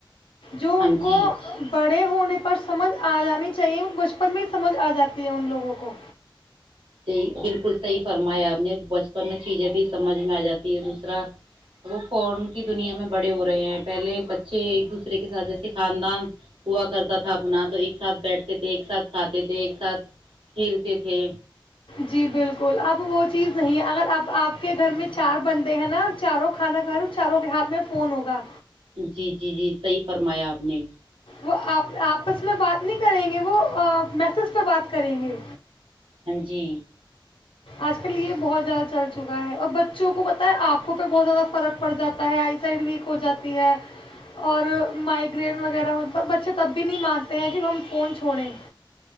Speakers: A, on the left; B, on the right.
A: جو
B: ہاں
A: ان کو
B: جی
A: بڑے ہونے پر سمجھ آ جانی چاہیے بچپن میں ہی سمجھ آ جاتی ہے ان لوگوں کو
B: ی بالکل صحیح فرمایا آپ نے بچپن میں چیزیں بھی سمجھ میں آ جاتی ہے دوسرا وہ فون کی دنیا میں بڑے ہو رہے ہیں پہلے بچے ایک دوسرے کے ساتھ جیسے خاندان ہوا کرتا تھا اپنا تو ایک ساتھ بیٹھتے تھے ایک ساتھ کھاتے تھے ایک ساتھ کھیلتے تھے
A: جی بالکل اب وہ چیز نہیں ہے اگر آپ آپ کے گھر میں چار بندے ہیں نا چاروں کھانا کھیںو چاروں کے ہاتھ میں فون ہوگا
B: جی جی جی صحیح فرمایا آپ نے
A: وہ آپ آپس میں بات نہیں کریں گے وہ میسج پہ بات کریں گے
B: ہاں جی
A: آج کل یہ بہت زیادہ چل چکا ہے اور بچوں کو پتہ ہے آنکھوں پہ بہت زیادہ فرق پڑ جاتا ہے آئی سائڈ ویک ہو جاتی ہے اور مائگرین وغیرہ بچے تب بھی نہیں مانتے ہیں کہ ہم فون چھوڑیں